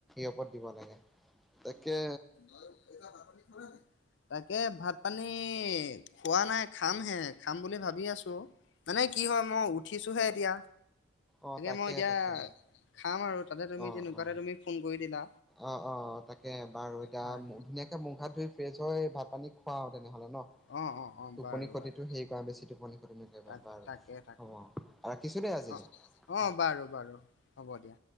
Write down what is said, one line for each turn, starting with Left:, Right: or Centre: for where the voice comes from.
Centre: শপত দিব লাগে তাকে
Left: আৰু এতিয়া ভাত পানী খালা নে? তাকে ভাত পানী খোৱা নাই, খামহে খাম বুলি ভাবি আছো। ত' মানে কি হয়, মই উঠিছোহে এতিয়া।
Centre: অ তাকে
Left: মই এতিয়া
Centre: তাকে,
Left: খাম আৰু তাতে তুমি
Centre: অ অ, অ
Left: তেনেকুৱাতে
Centre: অ
Left: তুমি ফোন কৰি দিলা
Centre: অ অ অ তাকে বাৰু এতিয়া
Left: হয়
Centre: ধুনীয়াকে মুখ হাত ধুই ফ্ৰেছ হৈ ভাত পানী খুৱাও তেনেহলে ন,
Left: অ অ অ
Centre: টোপনি
Left: বাৰু
Centre: ক্ষতিটো
Left: বাৰু
Centre: হেৰি কৰা বেছি টোপনি ক্ষতি ন বাৰু
Left: তাক তাকে তাকে
Centre: হ'ব ৰাখিছোঁ দেই আজিলৈ।
Left: অ অ বাৰু বাৰু হ'ব দিয়া।